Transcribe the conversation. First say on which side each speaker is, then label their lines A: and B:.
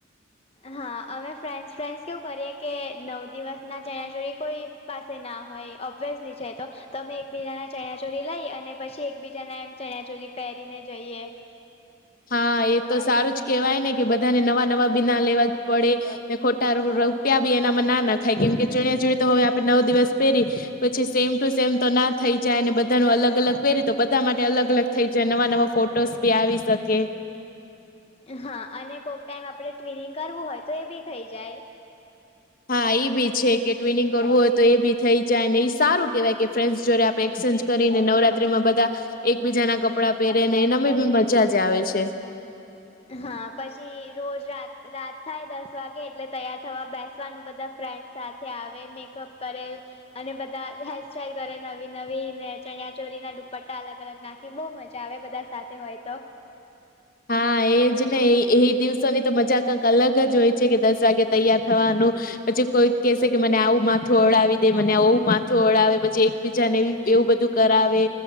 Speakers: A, on the left (about 30°); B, on the left (about 45°).
A: હા અમે ફ્રેન્ડસ ફ્રેન્ડસ કેવું કરીએ કે નવ દિવસ ના જણા જોોડી કોઈ પાસે ના હોય ઓબ્વિયસલી છે તો તો અમે એકબીજાના ચણાચોરી લઈ અને પછી એકબીજાના એમ ચણાચોરી પહેરીને જઈએ
B: હા એ તો સારું જ કેહેવાય ને કે બધાને નવા નવા બિના લેવા પડે ને ખોટા રૂપિયા બી એનામાં ના નાખાય કેમ કે ચણિયા ચીળ તો હવે આપડે નવ દિવસ પહેરી પછી સેમ ટુ સેમ તો ના થઈ જાય અને બધાનું અલગ અલગ ે તો બધા માટે અલગ અલગ થઈ જાય નવા નવા ફોટોસ બી આવી શકે
A: હા અને કોક ટાઈમ આપણે ટ્વિનિંગ કરવું હોય તો એ બી થઈ જાય
B: હા એ બી છે કે ટ્વનિંગ કરવું હોય તો એ બી થઈ જાય ને એ સારું કેહેવાય કે ફ્રેન્્સ જોડે આપે એક્સચેન્જ કરીને નવરાત્રી માં બધા એકબીજા ના કપડા પહેરે ને એનામાં બી મજા જ આવે છે
A: હા પછી રોજ રા રાત થાય દસ વાગે એટલે તૈયાર થવા બેસ વાનું બધા ફ્રેન્ડસ સાથે આવે મેકઅપ કરે અને બધા હેરસ્ટાઈલ કરે નવી નવી ને ચણિયાચોરી ના દુપટ્ટા અલગ અલગ નાખે બહુ મજા આવે બધા સાથે હોય તો
B: હા એજ ને એ દિવસોની તો મજા કંક અલગ જ હોય છે કે દસ વાગે તૈયાર થવાનું પછી કોઈ કેહે કે મને આવું માથું ઓડાવી દે મને આવું માથું ઓડાવે પછી એકબીજા ને એવું બધું કરાવે